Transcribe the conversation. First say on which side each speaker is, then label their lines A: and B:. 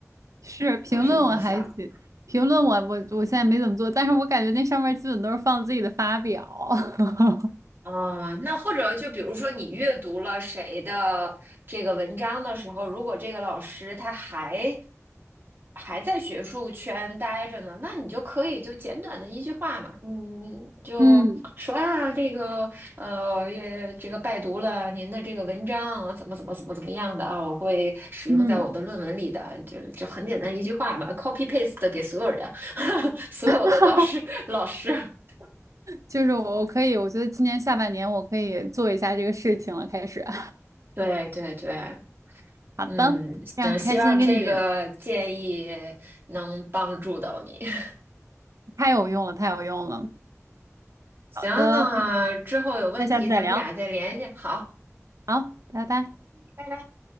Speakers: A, on the right (about 75°); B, on the right (about 45°).
A: 是评论我还行，
B: 我是这么想。
A: 评论我我我现在没怎么做，但是我感觉那上面基本都是放自己的发表。<laughs>
B: 啊，那或者就比如说你阅读了谁的这个文章的时候，如果这个老师他还还在学术圈待着呢，那你就可以就简短的一句话嘛，嗯，就说啊，
A: 嗯
B: 这个呃，也这个拜读了您的这个文章，怎么怎么怎么怎么样的啊，我会使用在我的论文里的，
A: 嗯，
B: 就就很简单一句话嘛，copy paste 给所有人，<laughs> 所有的导师老师，
A: <laughs>
B: <laughs>
A: 就是我可以，我觉得今年下半年我可以做一下这个事情了，开始。<laughs>
B: 对对对，
A: 好的，
B: 嗯，
A: 非常开心跟你，
B: 行，希望这个建议能帮助到你。<laughs>
A: 太有用了，太有用了。
B: 行，
A: 好的，
B: 那之后有问题咱们俩再联系。
A: 那下次再聊。
B: 好，
A: 好，拜拜。
B: 拜拜。